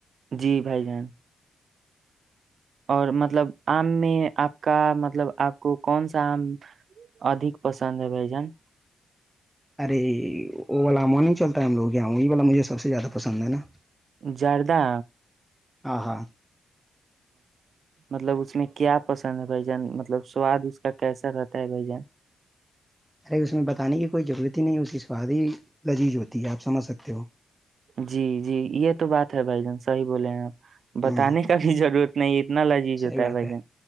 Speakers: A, on the right; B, in the centre.
A: جی بھائی جان اور مطلب ام میں اپ کا مطلب اپ کو کون سا عام ادھی پسند ہے بھائی جان
B: ارے وہ وال مو نہیں چلتا ہے ہم لوگ یہاں وہی والا مجھے سب سے زیادہ پسند ہے نا۔
A: جاردہ۔
B: اہا۔
A: مطلب اس میں کیا پسند ہے بھائی جان مطلب سواد اس کیسا رہتے ہے بھیا۔
B: اس میں بتانے کی کوئی ضرورت ہی نہیں اس کی سواد ہی لزیز ہوتی ہے اپ سمجھ سکتے ہو۔
A: جی جی یہ تو بات ہے بھائی جان صحیح بولیں ہیں آپ
B: ہوں
A: بتانے کا بھی ضرورت نہیں۔ اتنا لذیذ
B: صحیح
A: ہوتا
B: بات
A: ہے بھائی جان